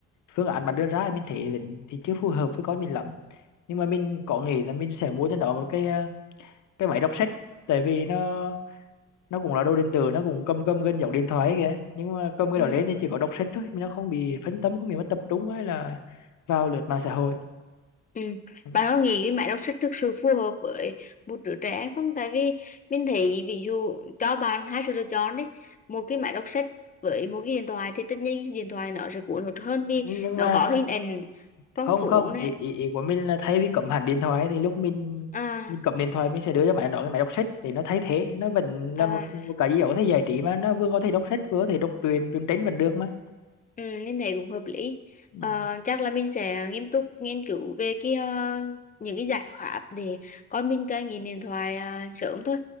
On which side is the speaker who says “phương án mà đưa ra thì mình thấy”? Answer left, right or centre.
Left